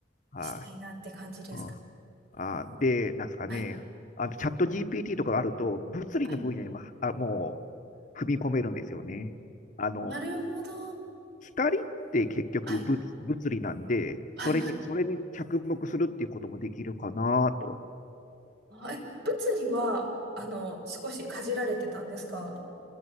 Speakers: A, on the left (about 45°); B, on the right (about 60°).
A: ああ、
B: したいなって感じですか
A: はいうんああ、で、なんですかね。
B: はい
A: あと、チャット GPT とかがあると、物理の分野にも、
B: はい
A: あ、もう、踏み込めるんですよね。あの、
B: なるほど。
A: 光って結局物、
B: はい、
A: 物理なんで、
B: はい、
A: それに、
B: はい。
A: それに着目するっていうこともできるかなと。
B: あえ、物理は、あの、少しかじられてたんですか